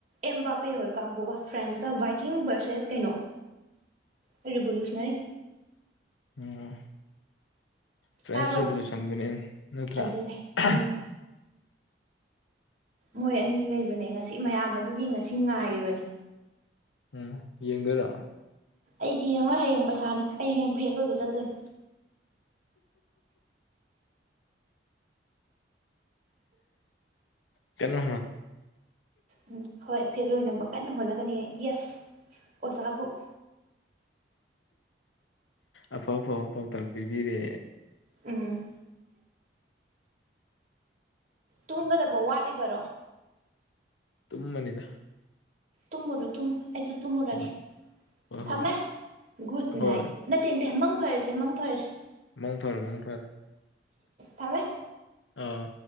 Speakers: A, on the right; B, on the left.
A: ꯑꯦꯝꯕꯥꯞ ꯍꯥ ꯍꯣꯏ ꯀꯥꯡꯕꯨꯒ ꯐ꯭ꯔꯦꯟꯁꯀ ꯕꯥꯏꯀꯤꯡ ꯕꯔꯁꯦꯁ ꯀꯩꯅꯣ ꯑꯦꯔꯦ ꯣꯂꯣꯁ ꯅ ꯍꯥꯏ
B: ꯎꯝ ꯐ꯭ꯔꯦꯁ
A: ꯇꯥꯕ꯭ꯔꯣ
B: ꯔꯦꯚꯣꯂꯨꯁꯟꯗꯨꯅꯦ ꯅꯠꯇ꯭ꯔ
A: ꯑꯗꯨꯅꯦ
B: <unintelligible>
A: ꯎꯝ ꯃꯣꯏ ꯑꯅꯤ ꯂꯩꯕꯅꯦ ꯉꯁꯤ ꯃꯌꯥꯝ ꯑꯗꯨꯒꯤ ꯉꯁꯤ ꯉꯥꯏꯔꯤꯕꯅꯦ
B: ꯎꯝ ꯌꯦꯡꯗꯔ
A: ꯑꯩꯗꯤ ꯌꯦꯡꯉꯣ ꯍꯌꯦꯡ ꯄꯩꯈꯥꯅꯤ ꯑꯩ ꯍꯌꯦꯡ ꯐꯦꯜ ꯂꯣꯏꯕ ꯆꯠꯇꯣꯏꯅꯤ
B: ꯀꯩꯅꯣ
A: ꯎꯝ ꯍꯣꯏ ꯐꯦ ꯑꯣꯏꯅꯅꯕ ꯀꯟꯅ ꯍꯣꯠꯅꯒꯅꯤ ꯌꯦꯁ ꯑꯣꯖꯥꯕꯨ
B: ꯑꯐ ꯑꯐꯕ ꯄꯥꯎꯇꯥꯛ ꯄꯤꯕꯤꯔꯦ
A: ꯎꯝ ꯇꯨꯝꯒꯗꯕ ꯋꯥꯠꯂꯤꯕꯔꯣ
B: ꯇꯨꯃꯅꯤꯗ
A: ꯇꯨꯝꯃꯨꯔꯣ ꯇꯨꯝꯃ ꯑꯩꯁꯨ ꯇꯨꯝꯃꯨꯔꯒꯦ
B: ꯍꯣꯏ ꯍꯣꯏ ꯍꯣꯏ
A: ꯊꯝꯃꯦ ꯒꯨꯗ
B: ꯍꯣꯏ
A: ꯅꯥꯏꯠ ꯅꯠꯇꯦ ꯅꯠꯇꯦ ꯃꯪ ꯐꯔꯁꯤ ꯃꯪ ꯐꯔꯁꯤ
B: ꯃꯣꯡꯐꯔ ꯃꯣꯡꯐꯔ
A: ꯊꯝꯃꯦ
B: ꯑꯥ